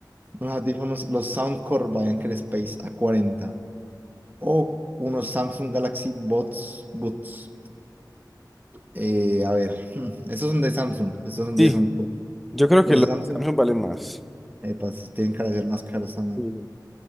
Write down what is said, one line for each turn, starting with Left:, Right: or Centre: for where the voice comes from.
Right: Los audífonos, los Soundcore by Anker Space a cuarenta O unos Samsung Galaxy Bots, Buds. Eh, a ver, hmm, estos son de Samsung, estos son
Centre: Sí,
Right: de Sonco.
Centre: yo creo que
Right: Los
Centre: los
Right: de
Centre: de
Right: Samsung
Centre: Samsung valen más.
Right: eh, pues, tienen cara de ser más caros también.
Centre: Sí,